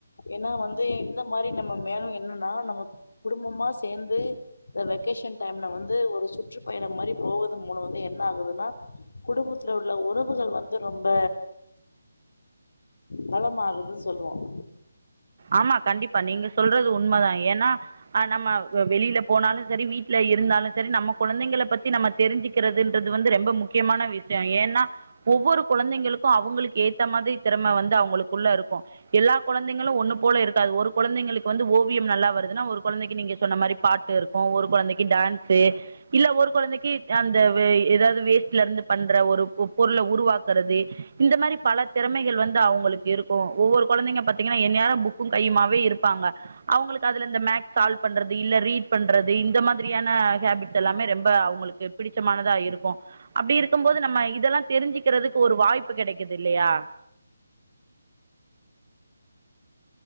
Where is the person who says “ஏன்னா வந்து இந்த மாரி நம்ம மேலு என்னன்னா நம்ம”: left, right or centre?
Left